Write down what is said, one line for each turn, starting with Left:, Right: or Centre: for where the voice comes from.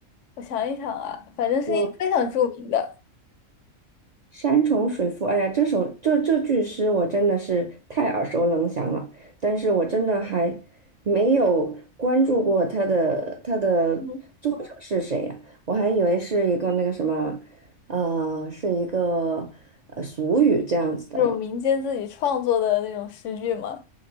Left: 我想一想啊，反正是一个非常著名的，
Right: 嗯，山重水复，哎呀，这首这这句诗我真的是太耳熟能详了，但是我真的还没有关注过他的他的作者是谁呀、
Left: 嗯，
Right: 我还以为是一个那个什么，呃，是一个呃俗语这样子的呢。
Left: 这种民间自己创作的那种诗句嘛，